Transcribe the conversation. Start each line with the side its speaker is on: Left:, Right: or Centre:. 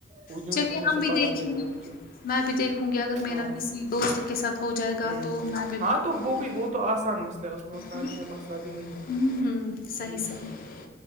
Right: وہ یونٹ
Left: چلیے
Right: وہاں
Left: ہم
Right: سے
Left: بھی
Right: پڑھا
Left: دیکھیں
Right: دیتا
Left: گے
Right: ہے مجھے
Left: میں بھی دیکھوں گی اگر میرا
Right: ہاں
Left: کسی دوست کے ساتھ ہو جائے گا
Right: ہ
Left: تو میں بھی دیکھوں
Right: ہاں تو وہ بھی وہ تو آسان مسئلہ ہے اس اس اتنا
Left: گی۔
Right: جو ہے مسئلہ بھی نہیں ہے
Left: ہوں ہوں صحیح
Right: جی جی
Left: صحیح
Right: جی